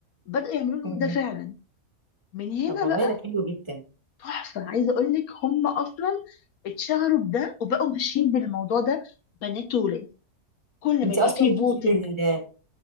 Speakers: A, on the left; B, on the right.
A: بدأوا يعملوا لهم
B: مم.
A: ده فعلا من هنا
B: طب والله
A: بقى
B: ده حلو جدا
A: تحفة عايزة اقول لك هم اصلا اتشهروا بده وبقوا ماشيين بالموضوع ده بنات وولاد كل
B: انت
A: ما يبقى
B: اصلا
A: فيه
B: ليكي
A: فوتنج
B: في ال...